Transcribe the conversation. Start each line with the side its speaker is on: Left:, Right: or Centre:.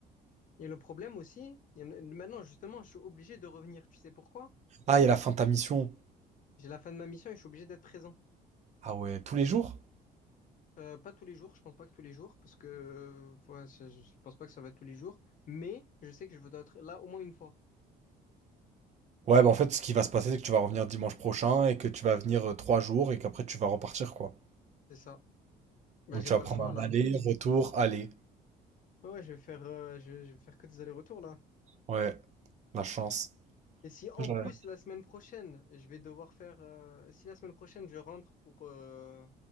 Left: Et le problème aussi, il y en a- maintenant justement, je suis obligé de revenir. Tu sais pourquoi?
Right: Ah, il y a la fin de ta mission.
Left: J'ai la fin de ma mission et je suis obligé d'être présent.
Right: Ah ouais, tous les jours?
Left: Euh, pas tous les jours, je pense pas que tous les jours, parce que euh, ouais, je, je pense pas que ça va être tous les jours. Mais je sais que je dois être là au moins une fois.
Right: Ouais, bah, en fait, ce qui va se passer, c'est que tu vas revenir dimanche prochain et que tu vas venir euh, trois jours et qu'après, tu vas repartir, quoi.
Left: C'est ça. Ben,
Right: Donc,
Left: j'ai
Right: tu
Left: pas
Right: vas prendre
Left: le choix
Right: un
Left: là.
Right: aller, retour, aller.
Left: Ouais, ouais, je vais faire, euh, je, je vais faire que des allers-retours là.
Right: Ouais, la chance.
Left: Et si en
Right: Ouais.
Left: plus la semaine prochaine, je vais devoir faire. euh, si la semaine prochaine je rentre pour. euh,